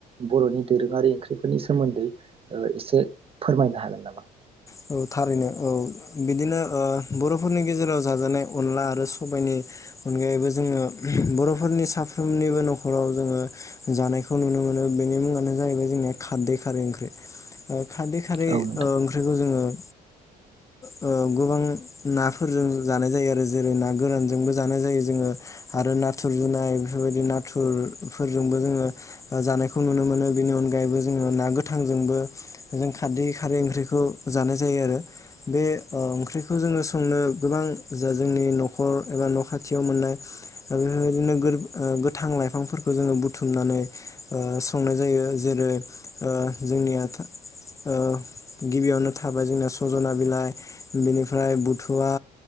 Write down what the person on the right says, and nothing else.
बर'नि दोरोङारि ओंख्रिफोरनि सोमोन्दै ओ एसे फोरमायनो हागोन नामा।
औ नोंथां